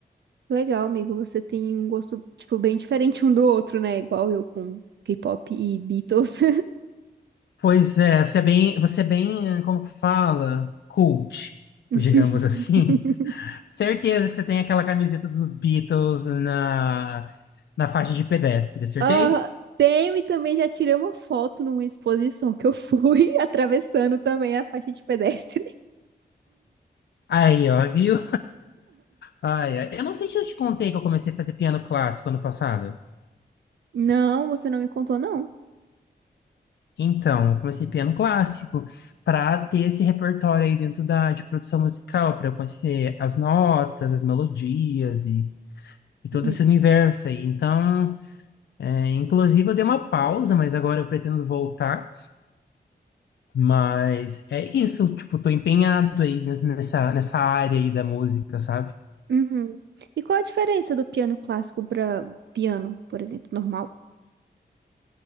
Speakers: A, on the right (about 90°); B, on the left (about 80°).
A: Legal, amigo. Você tem um gosto, tipo, bem diferente um do outro, né? Igual eu com K-pop e Beatles.
B: Pois é, você é bem, você é bem, como que fala, cult,
A: <laughs>
B: digamos <laughs> assim. Certeza que você tem aquela camiseta dos Beatles na, na faixa de pedestre, acertei?
A: Ah, tenho e também já tirei uma foto numa exposição que eu fui <laughs> atravessando também a faixa de pedestre.
B: Aí, ó, viu? Ai, ai. Eu não sei se eu te contei que eu comecei a fazer piano clássico ano passado.
A: Não, você não me contou, não.
B: Então, eu comecei piano clássico para ter esse repertório aí dentro da, de produção musical, para eu conhecer as notas, as melodias e, e todo
A: Uhum.
B: esse universo aí. Então, é, inclusive, eu dei uma pausa, mas agora eu pretendo voltar. Mas é isso, tipo, tô empenhado aí ne- nessa, nessa área aí da música, sabe?
A: Uhum. E qual a diferença do piano clássico para piano, por exemplo, normal?